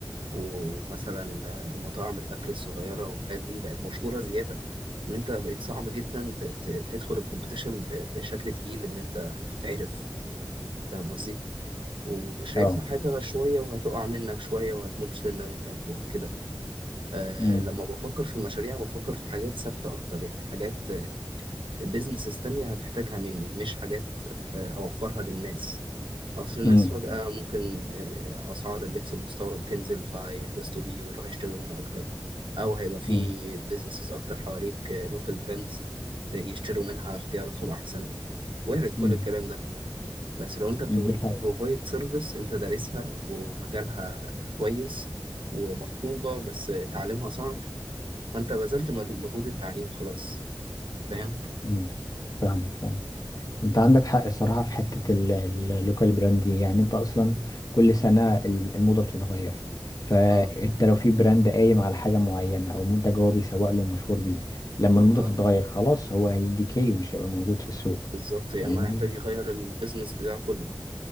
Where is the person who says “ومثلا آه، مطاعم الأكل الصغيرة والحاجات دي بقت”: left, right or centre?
Right